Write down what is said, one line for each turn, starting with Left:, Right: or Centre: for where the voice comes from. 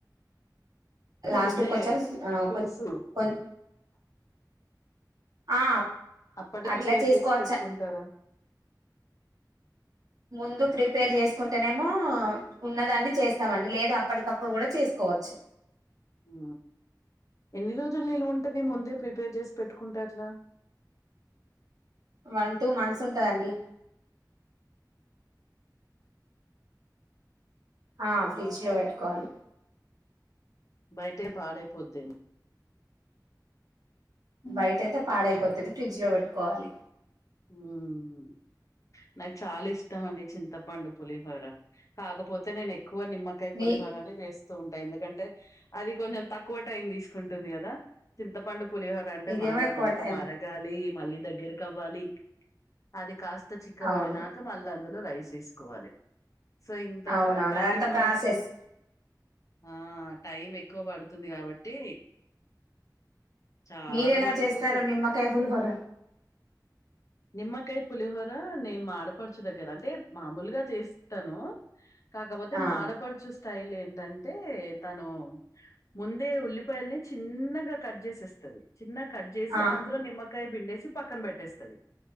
Left: పండు
Right: లాస్ట్
Left: ముందే
Right: కొంచెం ఆ
Left: పులుసు
Right: కొన్ కొన్ ఆ
Left: అప్పటి
Right: అట్లా
Left: ప్రిపేర్
Right: చేసుకోవచ్చ
Left: చేసి పెట్టుకుంటారా
Right: ముందు ప్రిపేర్ చేసుకుంటేనేమో ఉన్నదాన్ని చేస్తామండి లేదు అప్పటికప్పుడు కూడా చేసుకోవచ్చు,
Left: హు ఎన్ని రోజులు నిలువ ఉంటది ముందే ప్రిపేర్ చేసి పెట్టుకుంటే అట్లా,
Right: వన్ టూ మంత్స్ ఉంటదండి ఆ ఫ్రిడ్జ్ లో పెట్టుకోవాలి
Left: బయటే పాడైపోద్దేమో హ్మ్.
Right: బయట అయితే పాడై పోతది ఫ్రిడ్జ్ లో పెట్టుకోవాలి
Left: హుమ్ నాకు చాలా ఇష్టం అండి చింతపండు పులిహోర, కాకపోతే నేను ఎకు ఎక్కువ నిమ్మకాయ
Right: మీ
Left: పులిహోరనే చేస్ సు ఉంటా ఎందుకంటే అది కొంచెం తక్కువ టైం తీసుకుంటుంది కదా చింతపండు పులిహోర అంటే
Right: ఇదేమో
Left: మల్ల
Right: ఎక్కువ
Left: అది అంత
Right: టైం
Left: మరగాలి మళ్ళీ దగ్గరికి అవ్వాలి అది కాస్ త చిక్కబడినాక
Right: అవును
Left: మల్ల అందులో రైస్ వేసుకోవాలి సో ఇంత
Right: అవునవును
Left: టైమ్
Right: అదంతా ప్రాసెస్
Left: ఆ టైం ఎక్కువ పడుతుంది కాబట్టి చాలా
Right: మీరెలా
Left: మటుకు
Right: చేస్తారు నిమ్మకాయ పులిహోర
Left: నిమ్మకాయ పులిహోర నేను మా ఆడపడుచు దగ్గర అంటే మామూలుగా చేస్తాను కాకపోతే
Right: ఆ
Left: మా ఆడపడుచు స్టైల్ ఏంటంటే తను ముందే ఉల్లిపాయల్ని చిన్నగా కట్ చేసేసిస్తది చిన్న కట్ చేసి
Right: ఆ
Left: అందులో నిమ్మకాయ పిండేసి వచ్చి పక్కన పెట్టేస్తది